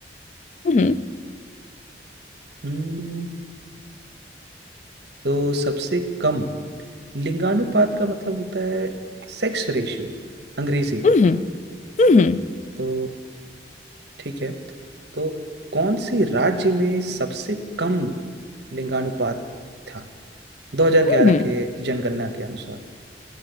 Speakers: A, on the left; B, on the right.
A: हम्म
B: हम्म तो सबसे कम लिंगानुपात का मतलब होता है सेक्स रेशियो अंग्रेजी में
A: हम्म हम्म
B: तो ठीक है तो कौन से राज्य में सबसे कम लिंगानुपात था 2011
A: हम्म
B: के जनगणना के अनुसार